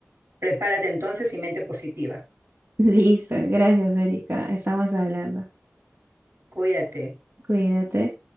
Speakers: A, on the right (about 60°); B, on the right (about 40°).
A: Prepárate entonces y mente positiva.
B: <laughs> Listo, gracias, Erika. Estamos hablando.
A: Cuídate.
B: Cuídate.